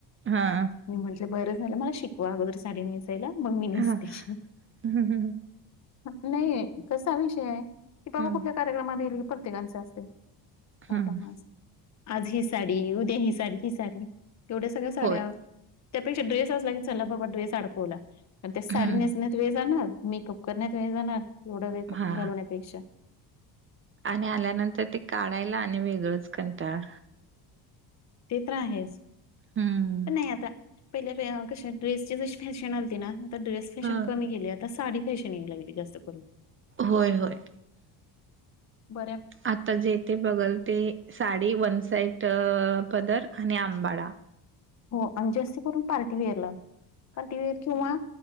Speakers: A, on the right; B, on the left.
A: हा.
B: मी म्हंटलं बरं झालं मला शिकवा, अगोदर साडी नेसायला मग मी नेसते.
A: हा हम्म
B: नाही कसा विषय आहे. की
A: हम्म
B: बाबा कुठल्या कार्यक्रमात गेल की प्रत्येकांच असतंय.
A: हम्म
B: अबा हाज आज ही साडी उद्या, ही साडी ही साडी. एवढ्या सगळ्या साड्या,
A: होय
B: त्यापेक्षा ड्रेस असला की चला बाबा ड्रेस अडकवला. पण ते साडी
A: हम्म
B: नेसण्यात वेळ जाणार. मेकअप करण्यात वेळ जाणार येवढा वेळ
A: हा
B: घालवण्यापेक्षा.
A: आणि आल्यानंतर ते काढायला आणि वेगळंच कंटाळा.
B: ते तर आहेच,
A: हम्म
B: पण नाही आता. पहिले क ड्रेसचे जशी फॅशन आलती ना आता ड्रेसची फॅशन
A: ह
B: कमी केेली. आता साडी फॅशन याय लागली जास्त करून.
A: होय होय.
B: बऱ्या
A: आता जे तेे बघल ते. साडी वन साईट पदर आणि आंबाडा.
B: हो आणि जास्ती करून पार्टीवेअरला. पार्टीवेअर किंवा,